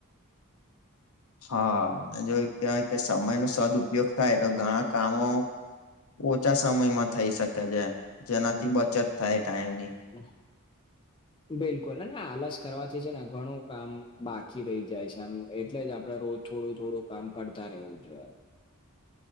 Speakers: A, on the left; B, on the left.
A: હા જો કેવાય કે સમય નો સદુપયોગ થાય તો ઘણા કામો ઓછા સમયમાં થઈ શકે છે જેનાથી બચત થાય ટાઈમ ની
B: <inaudible> બિલકુલ અને આલસ કરવાથી છે ને ઘણું કામ બાકી રહી જાય છે આમ એટલે જ આપડે રોજ થોડું થોડું કામ કરતા રહેવું જોઈએ.